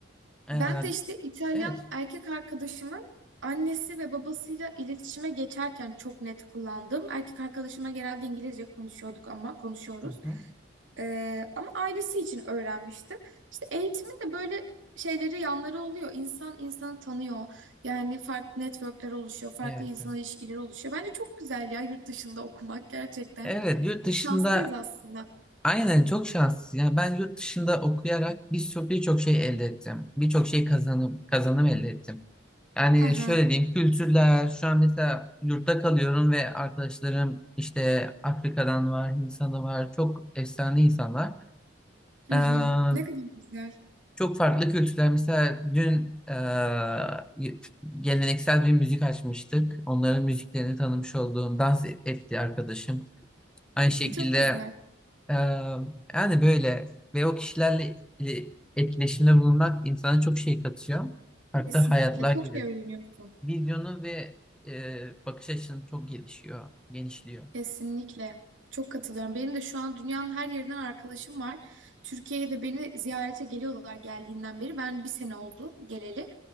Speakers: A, in the centre; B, on the right.
A: Ee,
B: Ben de işte İtalyan
A: evet.
B: erkek arkadaşımın annesi ve babasıyla iletişime geçerken çok net kullandım. Erkek arkadaşıma genelde İngilizce konuşuyorduk ama konuşuyoruz.
A: Hı hı.
B: Ee, ama ailesi için öğrenmiştim. İşte eğitimin de böyle şeyleri yanları oluyor. İnsan insanı tanıyor. Yani farklı networkler oluşuyor, farklı
A: Evet.
B: insan
A: Evet,
B: ilişkileri oluşuyor. Bence çok güzel ya yurt dışında okumak gerçekten.
A: Evet, yurt dışında
B: Şanslıyız aslında.
A: aynen çok şanssız. Yani ben yurt dışında okuyarak birçok birçok şey elde ettim. Birçok şey kazanım kazanım elde ettim. Yani
B: Hı hı.
A: şöyle diyeyim kültürler şu an mesela yurtta kalıyorum ve arkadaşlarım işte Afrika'dan var, Hindistan'da var. Çok efsane insanlar.
B: Hı
A: Eee,
B: hı. Ne kadar güzel.
A: çok farklı kültürler. Mesela dün eee, geleneksel bir müzik açmıştık. Onların müziklerini tanımış olduğum dans etti arkadaşım. Aynı
B: <laughs>
A: şekilde
B: Çok güzel.
A: eee, yani böyle ve o kişilerle ile- etkileşimde bulunmak insana çok şey katıyor. Farklı
B: Kesinlikle.
A: hayatlar
B: Çok
A: giriyor.
B: şey öğreniyorsun.
A: Vizyonu ve eee, bakış açını çok gelişiyor, genişliyor.
B: Kesinlikle. Çok katılıyorum. Benim de şu an dünyanın her yerinden arkadaşım var. Türkiye'ye de beni ziyarete geliyorlar geldiğinden beri. Ben bir sene oldu geleli.